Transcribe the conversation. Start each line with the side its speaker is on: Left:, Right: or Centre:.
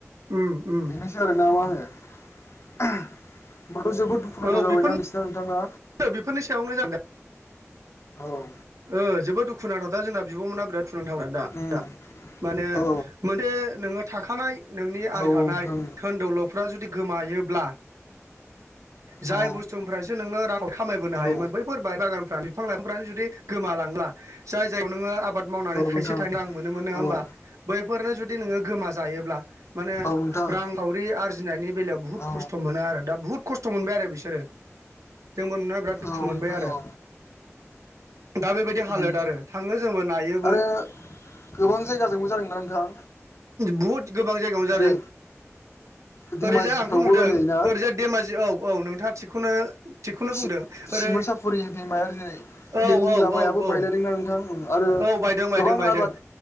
Right: उम उम
Left: बेनोसै आरो ना मा होनो होमबाथ' जोबोद दुखुनांथाव
Right: औ
Left: जाबायना
Right: बेफोरनो
Left: नोंसिना नोंथां ना
Right: बेफोरनि सायावनो जादों
Left: औ
Right: ओ जोबो दुखुनांथाव दा जों बिब'मोना <unintelligible> दा
Left: उम
Right: दा माने
Left: औ
Right: मोनदे नोङो थाखानाय नोंनि
Left: औ
Right: आरगानाय
Left: नोंथां
Right: दोहोन दौल'फ्रा जुदि गोमायोब्ला जाय
Left: औ
Right: बुस्थुफ्रासो नोङो रां खामायबोनो
Left: औ
Right: हायोमोन बैफोर बागानफ्रानो बिफां लाइफांफ्रानो जुदि गोमा लांला जाय जाय नोङो आबाद मावनानै
Left: औ
Right: थाइसे
Left: नोंथां
Right: थाइन आं मोनो मोनो
Left: औ
Right: होमबा बैफोरनो जुदि नोंङो गोमाजायोब्ला माने
Left: औ नोंथां
Right: रां खावरि आरजिनायनि बेलायाव बुहुत
Left: औ
Right: खस्थ' मोनो आरो दा बुहुद खस्थ' मोनबाय आरो बिसोरो जोंबो नुना बिराद दुखु
Left: नोंथां
Right: मोनबाय आरो
Left: औ
Right: दा बेबायदि हालोद
Left: उम
Right: आरो थाङो जोंबो नायोबो
Left: आरो गोबां जायगाजोंबो जादोंना नोंथां
Right: बहुद गोबां जायगायावनो जादों
Left: जेरै धेमाजिफ्रावबो
Right: ओरैजाय आंथ' नुदों
Left: नै ना
Right: ओरैजा धेमाजि औ औ नोंथाङा थिगखौनो थिगखौनो बुंदों
Left: सिमसिमोनसाफुरि
Right: ओरै
Left: दैमाया ओरैजाय
Right: औ
Left: रेलनि
Right: औ
Left: लामायाबो
Right: औ औ
Left: बायलायदोंना नोंथां आरो
Right: औ बायदों बायदों
Left: गोबां
Right: बायदों
Left: आबाद